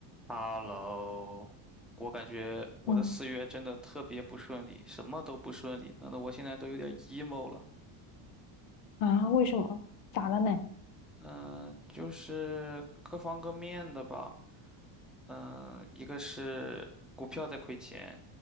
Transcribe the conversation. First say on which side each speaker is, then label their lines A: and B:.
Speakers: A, in the centre; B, on the left.
A: Hello，我感觉我的四月真的特别不顺利，
B: 嗯
A: 什么都不顺利，弄得我现在都有点 emo 了。
B: 啊，为什么？咋了呢？
A: 嗯、就是各方各面的吧。嗯、一个是股票在亏钱，